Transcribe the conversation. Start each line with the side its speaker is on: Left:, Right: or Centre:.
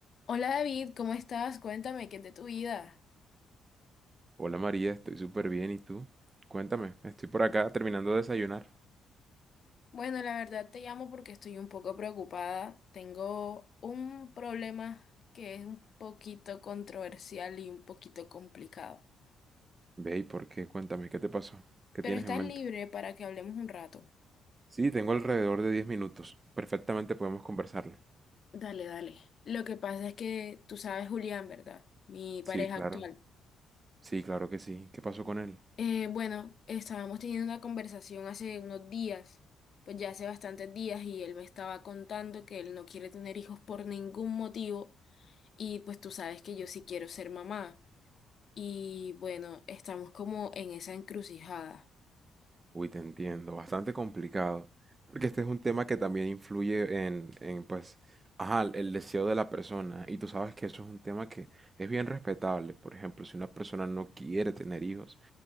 Left: Hola David, ¿cómo estás? Cuéntame, ¿qué es de tu vida?
Right: Hola María, estoy súper bien. ¿Y tú? Cuéntame, estoy por acá terminando de desayunar.
Left: Bueno, la verdad te llamo porque estoy un poco preocupada. Tengo un problema que es un poquito controversial y un poquito complicado.
Right: Ve, ¿y por qué? Cuéntame, ¿qué te pasó? ¿Qué
Left: Pero
Right: tienes
Left: estás
Right: en mente?
Left: libre para que hablemos un rato.
Right: Sí, tengo alrededor de 10 minutos. Perfectamente podemos conversarlo.
Left: Dale, dale. Lo que pasa es que tú sabes Julián, ¿verdad? Mi pareja
Right: Sí, claro.
Left: actual.
Right: Sí, claro que sí. ¿Qué pasó con él?
Left: Eh, bueno, estábamos teniendo una conversación hace unos días, pues ya hace bastantes días, y él me estaba contando que él no quiere tener hijos por ningún motivo Y pues tú sabes que yo sí quiero ser mamá. Y bueno, estamos como en esa encrucijada.
Right: Uy, te entiendo. Bastante complicado. Porque este es un tema que también influye en, en pues, ajá, el deseo de la persona. Y tú sabes que eso es un tema que es bien respetable. Por ejemplo, si una persona no quiere tener hijos,